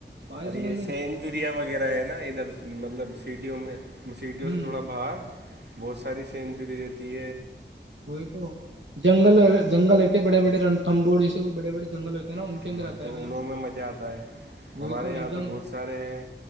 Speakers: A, on the right; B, on the right.
A: بارشوں
B: اور یہ
A: کے اندر نہیں
B: سینچوریا
A: آتا
B: وغیرہ ہے نا ادھر مطلب سیٹییوں میں سیٹیوں
A: ہوں
B: سے تھوڑا باہر بہت ساری سینچریی دی
A: وہ تو جنگل جنگل ہے بڑے بڑے رنم بور جیسے بے بڑے جنگل ہوتا نا ان
B: ہاں
A: کے اندر آتا
B: تو
A: ہے
B: انہوں میں مزہ آتا ہے
A: وہ
B: ہمارے
A: تو ایک
B: یہاں
A: دم
B: بہت سارے ہیں